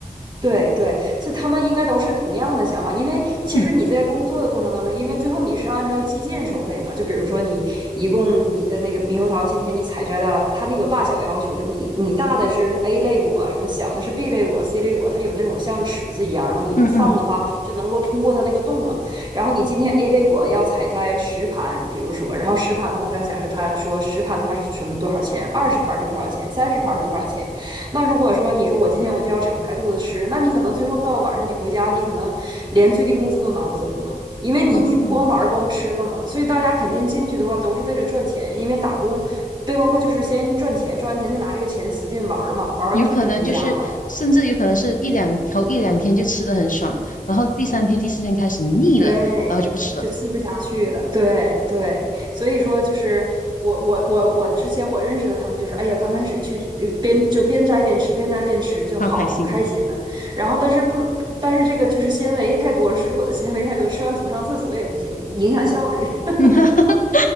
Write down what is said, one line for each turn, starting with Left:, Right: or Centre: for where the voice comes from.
Right: 对对，这他们应该都是同样的想法，因为其实你在工作的过程当中，
Left: 嗯
Right: 因为最后你是按照计件收费嘛，就比如说你一共你的那个猕猴桃，今天你采摘了，它那个有大小要求，就是你你大的是 A 类果，什么小的是 B 类果、C 类果，它有那种像尺子一样，然后你放的话就能够通过它那个洞嘛。
Left: 嗯嗯，
Right: 然后你今天 A 类果要采摘十盘，比如说，然后十盘的话，它假设它说十盘的话是什么多少钱，二十盘是多少钱，三十盘是多少钱。那如果说你说我今天我就要敞开肚子吃，那你可能最后到晚上你回家，你可能连最低工资都拿不走嘛，因为你就光玩光吃了嘛。
Left: 哦，
Right: 所以大家肯定进去的话都是为了赚钱，因为打工背包客就是先赚钱，赚完钱再拿这个钱使劲玩嘛，玩完之后再回家嘛。
Left: 有可能就是，甚至有可能是一两头一两天就吃的很爽，然后第三天、第四天开始腻了，
Right: 对，
Left: 然后就不吃了，
Right: 就吃不下去了。对对，所以说就是我我我我之前我认识的他们就是，哎呀，刚开始去呃边就是边摘边吃，边摘边吃就好开心呢、
Left: 好开心。
Right: 然后但是不不，但是这个就是纤维太多了，水果的纤维太多，吃完总上厕所也不行，影响效率。<laughs>
Left: <laughs>